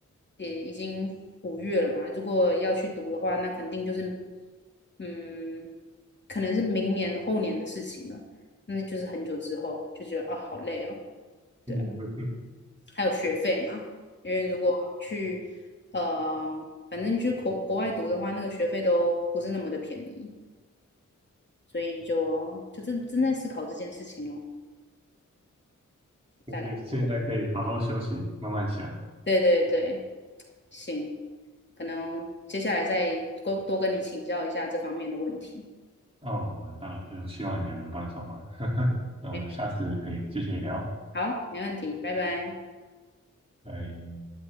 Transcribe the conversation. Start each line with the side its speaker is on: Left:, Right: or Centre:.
Left: 也已经五月了嘛，如果要去读的话，那肯定就是嗯，可能是明年后年的事情了，那就是很久之后就觉得啊好累哦，对啊
Right: 嗯，嗯嗯
Left: 还有学费嘛，因为如果去呃，反正去国国外读的话，那个学费都不是那么的便宜，所以就就正正在思考这件事情咯，大概是
Right: 对，现在可以好好休息，慢慢想。
Left: 对对对，行，可能接下来再多多跟你请教一下这方面的问题。
Right: 哦，那希望你也能帮上忙。<laughs> 那我们下次可以继续聊，
Left: 没好，没问题，拜拜。
Right: 拜。